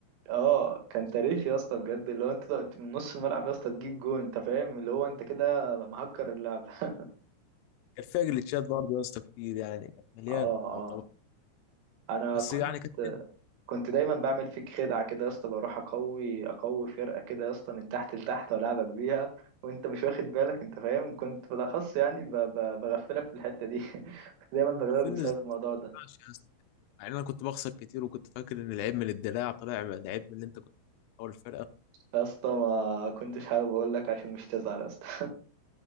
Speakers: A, on the right; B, on the left.
A: اه كان تاريخ يا اسطى بجد اللي هو انت تقعد من نص الملعب يا اسطى تجيب جون انت فاهم اللي هو انت كده مهكر اللعب <laughs>
B: كان فيها جليتشات برضه يا اسطى كتير يعني كانت مليان
A: اه
B: يعتبر
A: اه انا
B: بس
A: كنت
B: يعني كانت حلوه
A: كنت دايما بعمل فيك خدعة كده يا اسطى بروح اقوي اقوي فرقة كده يا اسطى من تحت لتحت والعبك بيها وانت مش واخد بالك انت فاهم كنت بالاخص يعني ب- ب- بغفلك في الحتة دي <laughs> كنت دايما بغلبك
B: عارفين
A: بسبب
B: ازاي
A: الموضوع ده
B: يا اسطى يعني انا كنت بخسر كتير وكنت فاكر ان العيب من الدلاع طلع العيب من اللي انت كنت بتحاول الفرقه
A: يا اسطى ما كنتش حابب اقول لك عشان مش تزعل يا اسطى